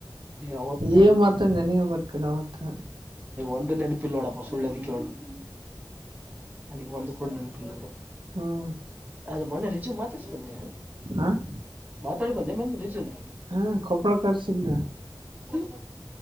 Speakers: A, on the right (about 20°); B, on the right (about 75°).
A: ಅವತ್ತ
B: ಏನ್ ಮಾತ ನನಗ ಗೊತ್ತಿಲ್ಲ ಅವತ್ತು
A: ಒಂದು ನೆನಪ ಪಿಲ್ಲೋಡಪ್ಪ ಸುಳ್ಳದಕ್ಕೆ ಹೇಳ್ಬೇಕು ಅದಕ್ಕೆ ಒಂದು ಕೂಡ ನೆನಪಿಲ್ಲ.
B: ಹ್ಮ್
A: ಅದು ಮೊನ್ನೆ ರಿಜ್ಯೂ ಮಾತಾಡ್ಸ ಬಂದೆ
B: ಹ
A: ಮಾತಾಡಿ ಬಂದೆ ಮನ್ನೆ ರಿಜ್ಯೂ ನ.
B: ಹಾ ಕೊಪ್ಪಳ ಕರ್ಸಿದ್ದ.
A: ಹ